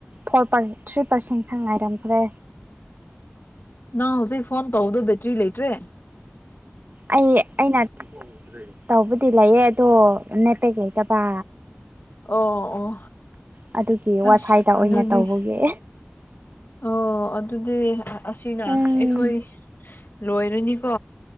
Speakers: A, on the right; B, on the left.
A: ꯐꯣꯔ ꯄꯔ ꯊ꯭ꯔꯤ ꯄꯥꯔꯁꯦꯟ ꯈꯛ ꯉꯥꯏꯔꯝꯈ꯭ꯔꯦ
B: ꯅꯪ ꯍꯧꯖꯤꯛ ꯐꯣꯟ ꯇꯧꯕꯗꯣ ꯕꯦꯇ꯭ꯔꯤ ꯂꯩꯇ꯭ꯔꯦ
A: ꯑꯩ ꯑꯩꯅ ꯇꯧꯕꯗꯤ ꯂꯩꯌꯦ ꯑꯗꯣ ꯅꯦꯠꯄꯦꯛ ꯂꯩꯇꯕ ꯄ
B: ꯑꯣ ꯑꯣ
A: ꯑꯗꯨꯒꯤ ꯋꯥꯏꯐꯥꯏꯗ
B: ꯑꯁ
A: ꯑꯣꯏꯅ
B: ꯑꯗꯨꯗꯤ
A: ꯇꯧꯕꯒꯤ
B: ꯑꯣ ꯑꯗꯨꯗꯤ ꯑꯁꯤꯅ
A: ꯎꯝ
B: ꯑꯩꯈꯣꯏ ꯂꯣꯏꯔꯅꯤꯀꯣ